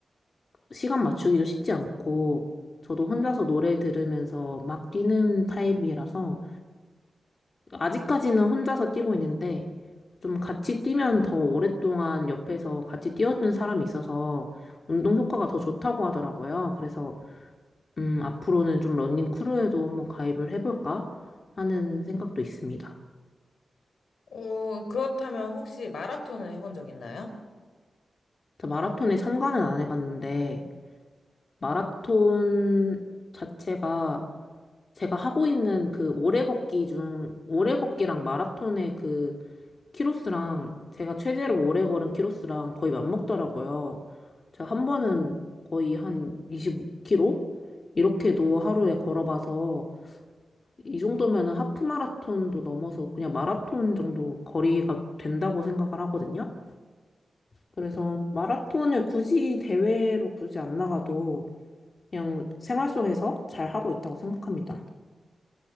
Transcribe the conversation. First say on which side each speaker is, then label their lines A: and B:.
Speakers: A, on the left (about 55°); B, on the left (about 85°).
A: 시간 맞추기도 쉽지 않고, 저도 혼자서 노래 들으면서 막 뛰는 타입이라서 아직까지는 혼자서 뛰고 있는데 좀 같이 뛰면 더 오랫동안 옆에서 같이 뛰어주는 사람이 있어서 운동 효과가 더 좋다고 하더라고요. 그래서 음, 앞으로는 좀 러닝 크루에도 한번 가입을 해볼까 하는 생각도 있습니다.
B: 어, 그렇다면 혹시 마라톤을 해본 적 있나요?
A: 저 마라톤에 참가는 안 해봤는데 마라톤 자체가 제가 하고 있는 그 오래 걷기 중 오래 걷기랑 마라톤의 그 키로스랑 제가 최대로 오래 걸은 키로스랑 거의 맞먹더라고요. 제가 한 번은 거의 한 25km 이렇게도 하루에 걸어봐서 이 정도면은 하프 마라톤도 넘어서 그냥 마라톤 정도 거리가 된다고 생각을 하거든요. 그래서 마라톤을 굳이 대회로 굳이 안 나가도 그냥 생활 속에서 잘 하고 있다고 생각합니다.